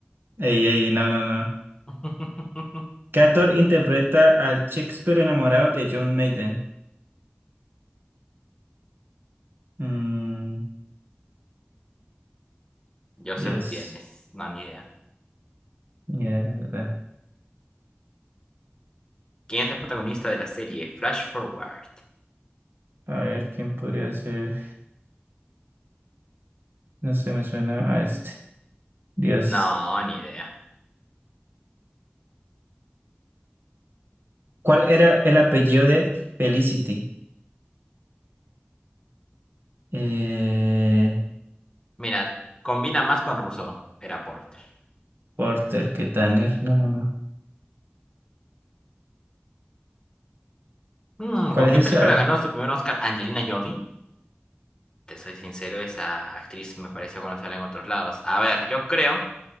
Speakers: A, on the right; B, on the left.
A: Ey, ey, no, no, no.
B: <laughs>
A: ¿Qué actor interpreta al Shakespeare enamorado de John Maiden? Mm,
B: Joseph
A: Dios,
B: Fiennes. No, ni idea.
A: mierda.
B: ¿Quién es el protagonista de la serie Flash Forward?
A: A ver, ¿quién podría ser? No sé, me suena a este. Dios.
B: No, ni idea.
A: ¿Cuál era el apellido de Felicity? Eh,
B: Mira, combina más con Rousseau. Era Porter.
A: Porter, ¿qué Tanner? No, no, no.
B: Mm,
A: ¿Cuál
B: ¿con
A: es
B: qué
A: esa?
B: película ganó su primer Oscar Angelina Jolie? Te soy sincero, esa actriz me pareció conocerla en otros lados. A ver, yo creo.